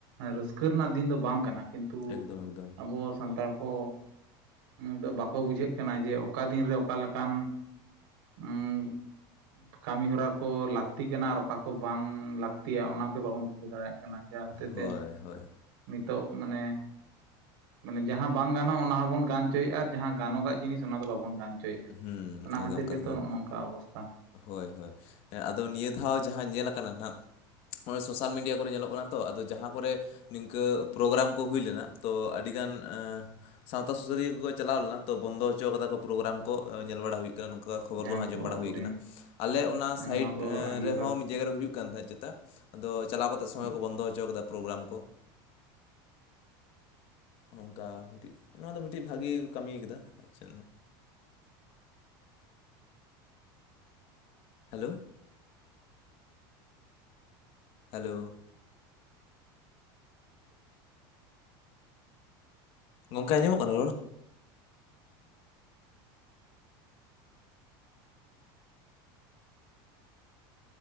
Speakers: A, on the right; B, on the left.
A: ᱨᱟᱹᱥᱠᱟᱹ ᱨᱮᱱᱟᱜ ᱫᱤᱱ ᱫᱚ ᱵᱟᱝ ᱠᱟᱱᱟ ᱠᱤᱱᱛᱩ
B: ᱮᱠᱫᱚᱢ ᱮᱠᱫᱚᱢ
A: ᱟᱵᱚ ᱥᱟᱱᱛᱟᱲ ᱠᱚ ᱱᱤᱛᱚᱜ ᱵᱟᱠᱚ ᱵᱩᱡᱷᱟᱹᱜ ᱠᱟᱱᱟ ᱡᱮ ᱚᱠᱟ ᱫᱤᱱ ᱨᱮ ᱚᱠᱟ ᱞᱮᱠᱟᱱ ᱩᱸᱜ <unintelligible> ᱠᱟᱹᱢᱤ ᱦᱚᱨᱟ ᱠᱚ ᱞᱟᱹᱠᱛᱤ ᱠᱟᱱᱟ ᱟᱨ ᱚᱠᱟ ᱠᱚ ᱵᱟᱝ ᱞᱟᱹᱠᱛᱤᱭᱟ ᱚᱱᱟ ᱜᱮ ᱵᱟᱵᱚᱱ ᱵᱩᱡᱷᱟᱹᱣ ᱫᱟᱲᱮᱭᱟᱜ ᱠᱟᱱᱟ ᱠᱟᱱᱟ ᱡᱟᱦᱟᱸ ᱦᱚᱛᱮ
B: ᱦᱳᱭ
A: ᱛᱮ
B: ᱦᱳᱭ
A: ᱱᱤᱛᱚᱜ ᱢᱟᱱᱮ ᱢᱟᱱᱮ ᱡᱟᱦᱟᱸ ᱵᱟᱝ ᱜᱟᱱᱚᱜᱼᱟ ᱚᱱᱟ ᱦᱚᱸᱵᱚᱱ ᱜᱟᱱᱪᱚᱭᱮᱫᱼᱟ ᱟᱨ ᱡᱟᱦᱟᱸ ᱜᱟᱱᱚᱜᱟᱜ ᱡᱤᱱᱤᱥ ᱚᱱᱟ ᱫᱚ ᱵᱟᱵᱚᱱ ᱜᱟᱱ ᱦᱚᱪᱚᱭᱮᱫᱟ ᱦᱚᱪᱚᱭᱮᱫᱼᱟ
B: ᱦᱩᱸ
A: ᱚᱱᱟ
B: ᱮᱠᱫᱚᱢ
A: ᱠᱷᱟᱹᱛᱤᱨ
B: ᱠᱟᱛᱷᱟ
A: ᱜᱮᱛᱚ
B: ᱫᱚ
A: ᱱᱚᱜᱼᱚ ᱱᱚᱝᱠᱟ ᱚᱵᱚᱥᱛᱷᱟ
B: ᱦᱳᱭ ᱦᱳᱭ ᱟᱫᱚ ᱱᱤᱭᱟᱹ ᱫᱷᱟᱣ ᱡᱟᱦᱟᱸ ᱧᱮᱞᱟ ᱠᱟᱱᱟ ᱦᱟᱸᱜ ᱚᱭ ᱥᱳᱥᱟᱞ ᱢᱤᱰᱤᱭᱟ ᱠᱚᱨᱮ ᱧᱮᱞᱚᱜ ᱠᱟᱱᱟ ᱛᱚ ᱟᱫᱚ ᱡᱟᱦᱟᱸ ᱠᱚᱨᱮᱼᱼ ᱱᱤᱝᱠᱟᱹ ᱯᱨᱳᱜᱨᱟᱢ ᱠᱚ ᱦᱩᱭ ᱞᱮᱱᱟ ᱛᱚ ᱟᱹᱰᱤᱜᱟᱱ ᱥᱟᱶᱛᱟ ᱥᱩᱥᱟᱹᱨᱤᱭᱟᱹ ᱠᱚᱠᱚ ᱪᱟᱞᱟᱣ ᱞᱮ ᱛᱚ ᱵᱚᱱᱫᱚ ᱦᱚᱪᱚ ᱠᱟᱫᱟ ᱠᱚ ᱯᱨᱳᱜᱨᱟᱢ ᱧᱮᱞᱲᱟ ᱦᱩᱭ ᱟᱠᱟᱱᱟ ᱱᱚᱝᱠᱟ ᱠᱷᱚᱵᱚᱨ
A: ᱡᱟᱦᱟᱸᱭ
B: ᱠᱚ ᱟᱸᱡᱚᱢ ᱵᱟᱲᱟ
A: ᱟᱵᱚᱨᱮᱱ
B: ᱦᱩᱭ ᱟᱠᱟᱱᱟ ᱟᱞᱮ ᱚᱱᱟ
A: ᱱᱚᱣᱟ
B: ᱥᱟᱭᱤᱴ
A: ᱠᱚ ᱟᱸᱜᱤᱵᱷᱟᱨ
B: ᱨᱮᱦᱚᱸ ᱟᱰᱤ ᱡᱟᱭᱜᱟ ᱨᱮ ᱦᱩᱭᱩᱜ ᱠᱟᱱ ᱛᱟᱦᱮᱸᱫ ᱪᱮᱛᱟ ᱟᱫᱚ ᱪᱟᱞᱟᱣ ᱠᱟᱛᱮ ᱥᱚᱢᱚᱭ
A: ᱦᱮᱸ
B: ᱠᱚ ᱵᱚᱱᱫᱚ ᱦᱚᱪᱚᱣ ᱠᱟᱫᱟ ᱯᱨᱳᱜᱨᱟᱢ ᱠᱚ ᱚᱝᱠᱟ ᱢᱤᱫ ᱴᱤᱡ ᱱᱚᱣᱟ ᱫᱚ ᱢᱤᱫ ᱴᱤᱡ ᱵᱷᱟᱜᱤ ᱠᱚ ᱠᱟᱹᱢᱤ ᱠᱮᱫᱟ ᱟᱨ ᱪᱮᱫ ᱦᱮᱞᱳ ᱦᱮᱞᱳ ᱜᱚᱢᱠᱮ ᱟᱸᱡᱚᱢᱚᱜ ᱠᱟᱱᱟ ᱨᱚᱲ